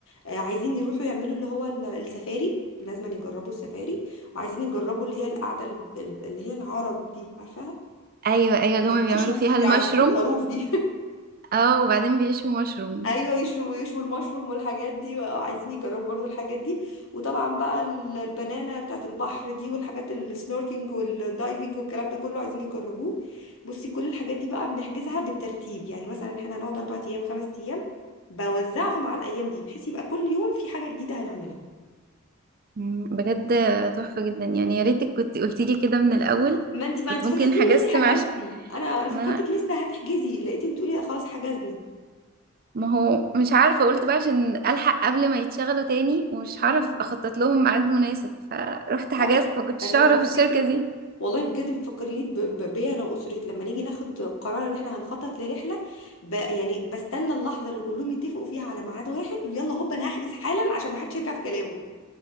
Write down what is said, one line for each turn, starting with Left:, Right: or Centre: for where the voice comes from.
Left: آه، عايزين يروحوا يعملوا اللي هو ال- السفاري لازم يجربوا السفاري وعايزين يجربوا اللي هي القعده ال- ال- اللي هي العرب دي عارفاها
Right: ايوه ايوه اللي
Left: بيشوا
Right: هما بيعملوا فيها
Left: فيه بيعزموا
Right: المشروم
Left: الخروف دي
Right: اه وبعدين بيشوا مشروم
Left: ايوه يشوا يشوا المشروم والحاجات دي آه، عايزين يجربوا برضو الحاجات دي وطبعا بقى ال- البنانه بتاعت البحر دي والحاجات السنوركينج والدايفنج والكلام ده كله عايزين يجربوه بصي كل الحاجات دي بقى بنحجزها بالترتيب يعني مثلا احنا هنقعد اربع ايام خمس ايام بوزعهم على الايام دي بحيث يبقى كل يوم في حاجه جديده هنعملها
Right: مم، بجد تحفة جدا يعني يا ريتك كنت قلتي لي كده من الاول
Left: ما انت بقى
Right: كنت
Left: انت
Right: ممكن
Left: فاجئتيني
Right: هجسم
Left: ان انت
Right: عشان
Left: <laughs> حجزتي انا انا فكرتك
Right: ما
Left: لسه هتحجزي لقيتك بتقولي لا خلاص حجزنا
Right: ما هو مش عارفة قلت بقى عشان الحق قبل ما يتشغلوا تاني ومش
Left: مم.
Right: هعرف اخطط لهم ميعاد مناسب فرحت حجزت
Left: لا لا
Right: ما كنتش
Left: اساسا
Right: اعرف
Left: فكره
Right: الشركة دي
Left: والله بجد بتفكريني ب- ب- بيا انا واسرتي لما نيجي ناخد قرار ان احنا هنخطط لرحله ب يعني بستنى اللحظه اللي كلهم يتفقوا فيها على ميعاد واحد ويلا هوب انا هحجز حالا عشان ما حدش يرجع في كلامه